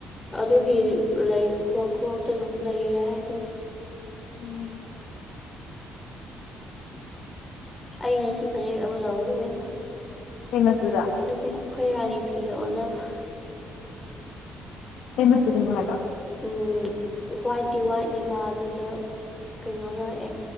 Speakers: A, on the left (about 15°); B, on the left (about 85°).
A: ꯑꯗꯨꯒꯤ ꯂꯩ ꯈꯨꯍꯛ ꯈꯨꯍꯛꯇ ꯑꯗꯨꯝ ꯂꯩꯔꯦ ꯍꯥꯏꯗꯨꯅꯤ
B: ꯎꯝ
A: ꯑꯩ ꯉꯁꯤ ꯐꯅꯦꯛ ꯑꯃ ꯂꯧꯋꯦꯕꯦꯝꯃ
B: ꯀꯩ ꯃꯆꯨꯗ
A: ꯅꯠꯇꯦ ꯑꯩꯈꯣꯏ ꯔꯥꯅꯤ ꯐꯤꯒ ꯑꯣꯟꯅꯕ
B: ꯀꯩ ꯃꯆꯨꯗꯅꫭ ꯍꯥꯏꯕ
A: ꯎꯝ ꯍ꯭ꯋꯥꯏꯠꯇꯤ ꯋꯥꯏꯠꯅꯦꯕ ꯑꯗꯨꯗ ꯀꯩꯅꯣꯅ ꯍꯛꯑꯦ